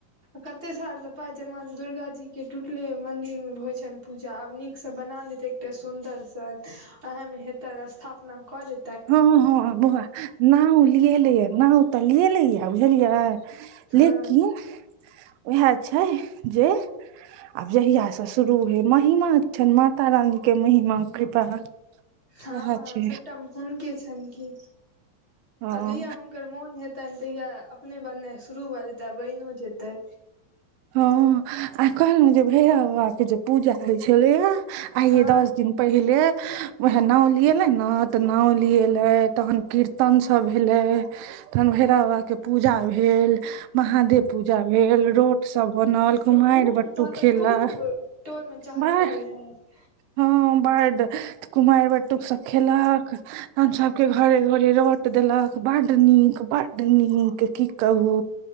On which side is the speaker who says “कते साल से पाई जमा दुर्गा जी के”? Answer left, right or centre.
Right